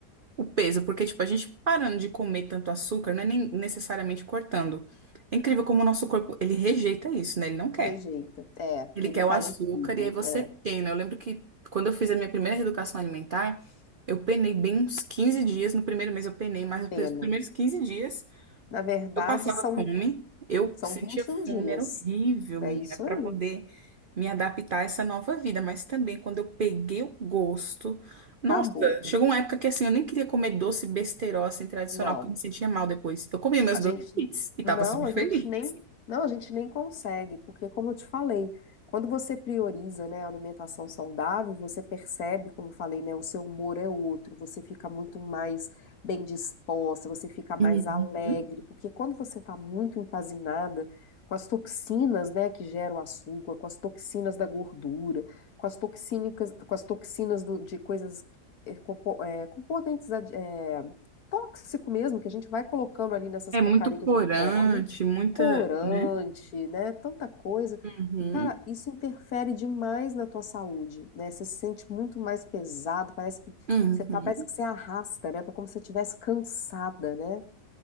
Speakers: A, on the right (about 60°); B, on the left (about 65°).
A: O peso, porque, tipo, a gente parando de comer tanto açúcar, não é nem necessariamente cortando. É incrível como o nosso corpo, ele rejeita isso, né? Ele não quer.
B: Rejeita. É,
A: Ele
B: ele
A: quer
B: faz
A: o açúcar
B: de tudo.
A: e aí você
B: É,
A: pena. Eu lembro que quando eu fiz a minha primeira reeducação alimentar, eu penei bem uns 15 dias. No primeiro mês eu penei, mas
B: pena.
A: os primeiros 15 dias
B: Na verdade,
A: eu passava
B: são,
A: fome, eu
B: são
A: sentia
B: 21
A: fome,
B: dias.
A: era horrível,
B: É
A: menina,
B: isso
A: para
B: aí.
A: poder me adaptar a essa nova vida. Mas também, quando eu peguei o gosto, nossa,
B: Acabou.
A: chegou uma época que assim, eu nem queria comer doce besteirol, assim, tradicional,
B: Não.
A: porque eu me sentia mal depois. Eu comia meus
B: A
A: doces
B: gente
A: e tava
B: não,
A: super
B: a
A: feliz.
B: gente nem, não, a gente nem consegue, porque como eu te falei, quando você prioriza, né, a alimentação saudável, você percebe, como eu falei, né, o seu humor é outro, você fica muito mais bem disposta, você fica mais
A: Uhum.
B: alegre, porque quando você está muito empazinada com as toxinas, né, que geram o açúcar, com as toxinas da gordura, com as toxínicas, com as toxinas do- de coisas eh, compo- eh, componentes ad- eh, tóxico mesmo que a gente vai colocando ali nessas
A: É
B: porcarias
A: muito corante,
B: que a gente come,
A: muita,
B: corante,
A: né?
B: né? Tanta coisa.
A: Uhum.
B: E, cara, isso interfere demais na tua saúde, né? Você se sente muito mais pesado, parece que
A: Uhum.
B: você tá, parece que você arrasta, né? É Como se você estivesse cansada, né?